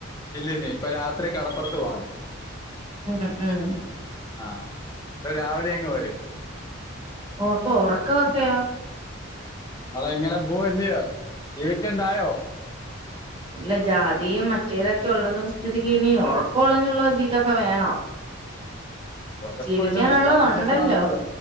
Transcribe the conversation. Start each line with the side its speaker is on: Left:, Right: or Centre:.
Left: ഇല്ലനീ പ്പൊ രാത്രി കടപ്പറത്ത് പോണം
Right: ഉം ഉം
Left: ആ പ്പൊ രാവിലെ അങ്ങ് വരും
Right: ഓ അപ്പൊ ഉറക്ക ഒക്കയോ
Left: നമ്മള് ഇങ്ങനെ പോവല്ലയോ ജീവിക്കണ്ടായോ
Right: അല്ല ജാതിയും മറ്റേതൊക്കെ ഉള്ളതും സ്ഥിതിക്ക് ഇനി ഉറക്കുകള ഞ്ഞുള്ള ജീവിതൊക്കെ വേണോ
Left: കൊഴപ്പം
Right: ജീവിക്കാനുള്ളത്
Left: ഇില്ലന്നെ എല്ലാം നമ്മക്ക്
Right: ഉണ്ടല്ലോ
Left: വേണല്ലോ